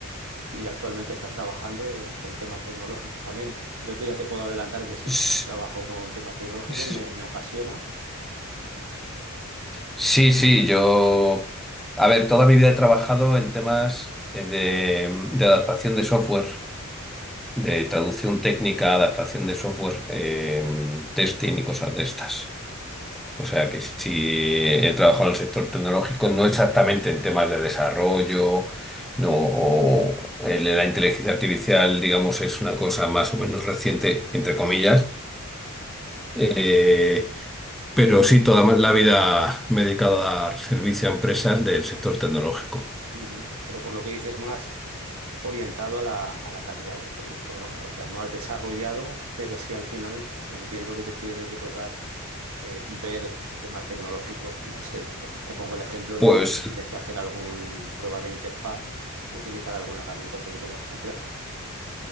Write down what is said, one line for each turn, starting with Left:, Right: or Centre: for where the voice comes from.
Right: Y actualmente estás trabajando eh, con temas tecnológicos también. Yo te- ya te puedo adelantar que sí,
Centre: S-
Right: que trabajo con temas tecnológicos,
Centre: s-
Right: me, me apasiona,
Centre: Sí, sí, yo... A ver, toda mi vida he trabajado en temas eh, de, de adaptación de software. de traducción técnica, adaptación de software, eh, testing y cosas de estas. O sea que sí he trabajado en el sector tecnológico, no exactamente en temas de desarrollo, no, o el la inteligencia artificial, digamos, es una cosa más o menos reciente, entre comillas. eh, pero sí, toda ma- la vida me he dedicado a dar servicio a empresas del sector tecnológico.
Right: Ujú. pero por lo que dices más orientado a la, a la calidad del producto, ¿no? O sea, no has desarrollado, pero sí al final entiendo que te tiene que tocar eh, ver temas tecnológicos, no sé, te pongo el ejemplo
Centre: Pues
Right: de si tienes que hacer alguna prueba de interfaz, utilizar alguna herramienta un poquito más compleja.